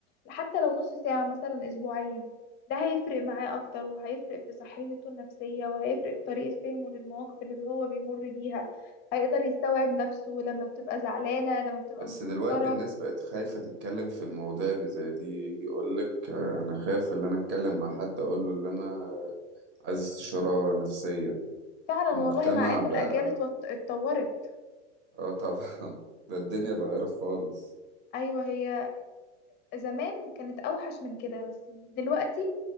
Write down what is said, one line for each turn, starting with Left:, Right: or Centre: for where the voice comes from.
Left: حتى لو نص ساعة مثلا اسبوعيا ده هيفرق معاه اكتر وهيفرق في صحته النفسية وهيفرق في طريقة فهمه للمواقف اللي هو بيمر بيها هيقدر يستوعب نفسه لما بتبقى زعلانة لما بتبقى
Right: بس
Left: متوترة
Right: دلوقتي الناس بقت خايفة تتكلم في المواضيع اللي زي دي يقولك آه، أنا خايف إن أنا أتكلم مع حد أقوله إن أنا عايز استشارة نفسية
Left: فعلا
Right: مجتمع
Left: والله مع ان
Right: بقى
Left: الاجيال اتوت- اتطورت
Right: آه طبعا <laughs> ده الدنيا اتغيرت خالص
Left: ايوه هي زمان كانت اوحش من كده بس دلوقتي